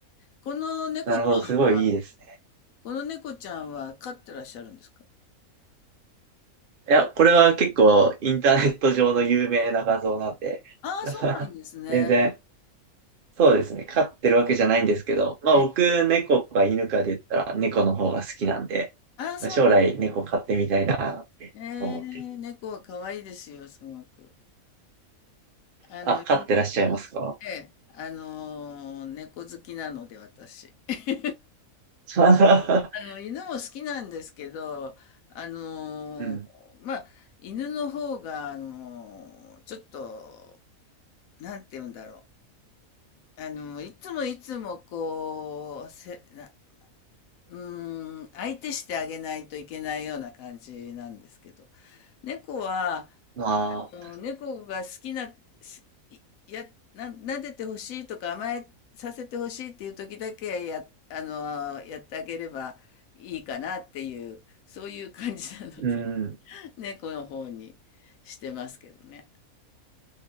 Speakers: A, on the left; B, on the right.
A: この猫ちゃんは、
B: なるほど、すごいいいです。
A: この猫ちゃんは飼ってらっしゃるんですか
B: いや、
A: これ、
B: これは結構インターネット上の有名な画像なんで、
A: ああ、
B: <laughs>
A: そうなんですね。
B: 全然、そうですね、飼ってるわけじゃないんですけど、まあ僕、
A: ええ、
B: 猫か犬かで言ったら猫の方が好きなんで、
A: ああ、そうなんですね。
B: まあ将来猫飼ってみたいなって思ってる。
A: ええ、猫は可愛いですよ、すごく。あの、
B: あ、飼ってらっしゃいますか
A: 犬で、えあの、猫好きなので、私。<laughs>
B: <laughs>
A: あの、犬も好きなんですけど、あの、
B: うん。
A: まあ、犬の方が、あの、ちょっと、なんて言うんだろう。あの、いつもいつも、こう、せ、な、うーん、相手してあげないといけないような感じなんですけど、猫は、
B: まあ、
A: もう猫が好きな、すいや、な、撫でてほしいとか甘えさせてほしいっていう時だけや、あの、やってあげればいいかなっていう、そういう感じなので、
B: うん。
A: <laughs> 猫の方にしてますけどね。